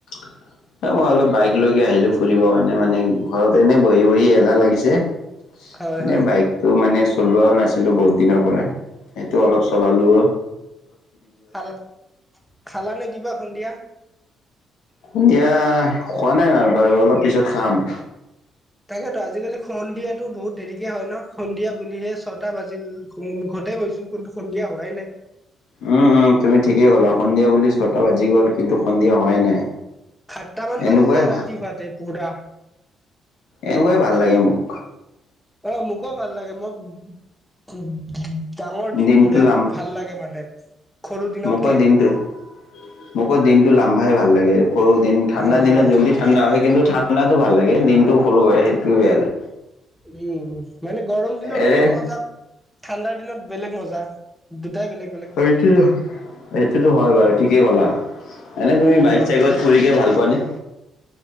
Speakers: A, on the left; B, in the centre.
A: <inaudible> মই অলপ বাইক লৈকে আহিলো ফুৰিব কাৰণে মানে ঘৰতে এনে বহি বহি এলাহ লাগিছে
B: হয়
A: মানে
B: হয়
A: বাইকটো মানে চলোৱাও নাছিলো বহুত দিনৰ পৰা সেইটো অলপ চলালো'অ
B: খাল- খালা নে কিবা সন্ধিয়া?
A: এতিয়া খোৱা নাই আৰু বাৰু অলপ পিছত খাম।
B: তাকেতো আজিকালি সন্ধিয়াটো বহুত দেৰিকে হয় ন' সন্ধিয়া বুলিহে ছটা বাজিল মুখত এতেই বহীছো কোনটো সন্ধিয়া হোৱাই নাই
A: উম -উম তুমি ঠিকেই ক'লা আৰু সন্ধিয়া বুলি ছটা বাজি গ'ল কিন্তু সন্ধিয়া হোৱাই নাই
B: সাতটামান
A: এনেকুৱাই
B: বাজি যায়
A: ভা
B: ৰাতি হুৱাতে পুৰা
A: এনেকুৱাই ভাল লাগে মোক
B: অহ, মোকো ভাল লাগে মক <inaudible> ডাঙৰ দিন
A: দিনটো
B: বোৰে
A: লাম
B: ভাল লাগে মানে সৰু দিনতকে।
A: মোকো দিনটো মোকত দিনটো লামভাই ভাল লাগে সৰু দিন ঠাণ্ডা
B: হয়
A: দিনত
B: হয়
A: জল্দি ঠাণ্ডা হয় কিন্তু ঠাণ্ডাটো ভাল লাগে দিনটোৰু হয় সেইটোয়ে বেয়া লাগে
B: উম, মানে গৰম দিনৰ
A: এৰে
B: বেলেগ মজাত ঠাণ্ডাৰ দিনত বেলেগ মজা দুটাই বেলেগ। বেলেগ
A: অইটো এইটোতো হয় বাৰু ঠিকেই কলা। এনে তুমি
B: উম।
A: বাইক চাইকত ফুৰিকে ভাল পোৱা নে?